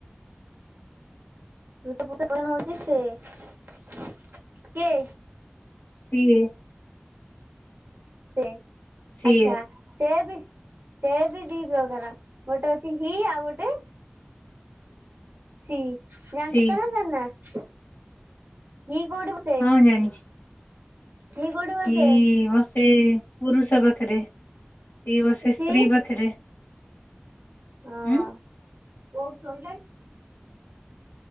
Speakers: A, on the right; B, on the left.
A: ତୁତ ପୂଜା କ ନ <inaudible> ହଉଛି ସେ କିଏ
B: ସିଏ।
A: ସେ
B: ସିଏ
A: ଆଚ୍ଛା। ସେ ବି ସେ ବି ଦି ପ୍ରକାର ଗୋଟେ ଅଛି ହି ଆଉ ଗୋଟେ। ସି ଜାଣିଛ
B: ସି
A: ନା ଜାଣିନା ହି କୋଉଠି ବସେ
B: ହଁ ଜାଣିଛି।
A: ସିଏ କୋଉଠି ବସେ
B: ହି ବସେ ପୁରୁଷ ପାଖରେ ସି ବସେ
A: ସି
B: ସ୍ତ୍ରୀ ପାଖରେ।
A: ହଁ
B: ଉଁ
A: ହଁ।